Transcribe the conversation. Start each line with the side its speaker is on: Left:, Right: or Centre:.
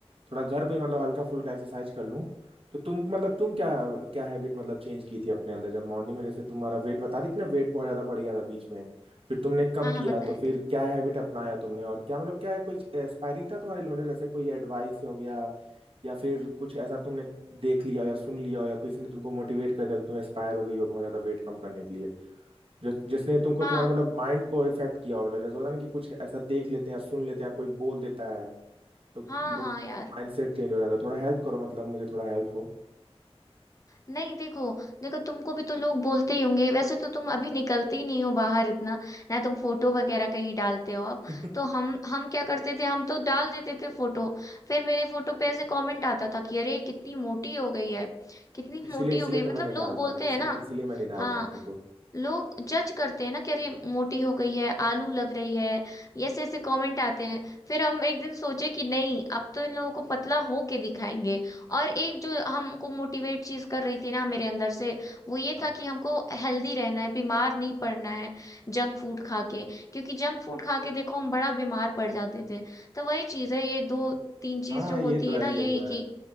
Right: थोड़ा घर पे ही मतलब हल्का फुल्का एक्सरसाइज कर लूँ तो तुम मतलब तुम क्या क्या हैबिट मतलब चेंज की थी अपने अंदर जब मॉर्निंग में जैसे तुम्हारा वेट बता रही थी ना वेट बहुत ज्यादा बढ़ गया था बीच में फिर तुमने कम
Left: हाँ हाँ
Right: किया
Left: बताए
Right: तो फिर
Left: थे
Right: क्या हैबिट अपनाया तुमने और क्या मतलब क्या कोई एस्पायरिंग था तुम्हारे लिए मतलब जैसे कोई एडवाइस हो गया या फिर कुछ ऐसा तुमने देख लिया या सुन लिया हो या किसी ने तुमको मोटिवेट कर दिया कि तुम एस्पायर हो गई हो बहुत ज्यादा वेट कम करने के लिए जो जिसने तुमको
Left: हाँ
Right: तुम्हारे मतलब माइंड को इफेक्ट किया हो मतलब जैसे होता है ना कि कुछ ऐसा देख लेते हैं सुन लेते हैं कोई बोल देता है तो
Left: हाँ
Right: लोग
Left: हाँ यार
Right: माइंडसेट चेंज हो जाता है थोड़ा हेल्प करो मतलब मुझे थोड़ा हेल्प हो
Left: नहीं देखो देखो तुमको भी तो लोग बोलते ही होंगे वैसे तो तुम अभी निकलते ही नहीं हो बाहर इतना ना तुम फोटो वगैरह कहीं डालते हो अब
Right: <laughs>
Left: तो हम हम क्या करते थे हम तो डाल देते थे फोटो फिर मेरे फोटो पे ऐसे कमेंट आता था कि अरे कितनी मोटी हो गई है कितनी
Right: इसीलिए
Left: मोटी
Right: इसीलिए
Left: हो गई है।
Right: तो
Left: मतलब
Right: मैं नहीं
Left: लोग
Right: डालता
Left: बोलते
Right: इसी,
Left: हैं ना
Right: इसीलिए मैं नहीं डालता
Left: हाँ
Right: फोटो
Left: लोग जज करते हैं ना कि अरे मोटी हो गई है आलू लग रही है ये ऐसे ऐसे कमेंट आते हैं फिर हम एक दिन सोचे कि नहीं अब तो इन लोगों को पतला हो के दिखाएंगे और एक जो हमको मोटिवेट चीज कर रही थी ना मेरे अंदर से वो ये
Right: हाँ
Left: था कि हमको हेल्दी रहना है बीमार नहीं पड़ना है जंक फूड खा के क्योंकि जंक फूड खा के देखो हम बड़ा बीमार पड़ जाते थे तो वही चीज है ये दो तीन चीज
Right: हाँ
Left: जो होती
Right: ये तो
Left: है
Right: है
Left: ना
Right: ये
Left: यही
Right: तो है
Left: कि